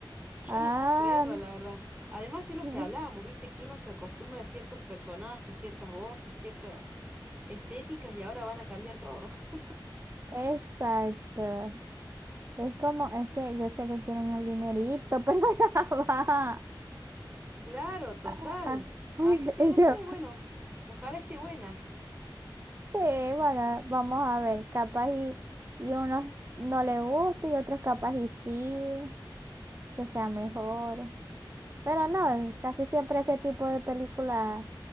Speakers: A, on the right; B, on the right.
A: Yo
B: Ah.
A: no puedo creerlo, la verdad. Además, es los
B: <laughs>
A: que hablábamos, viste, que uno se acostumbra a ciertos personajes, ciertas voces, ciertas estéticas y ahora van a cambiar todo. <laughs>
B: Exacto. Es como, es que yo sé que quieren el dinerito, <laughs> pero ya va.
A: Claro, total.
B: Ah, ah.
A: Así
B: <laughs>
A: que
B: Y
A: no
B: yo,
A: sé, bueno, ojalá esté buena.
B: sí, bueno, vamos a ver, capaz y, y unos no le gusta y otros capaz y sí, que sea mejor. Pero no,
A: Sí.
B: casi siempre ese tipo de película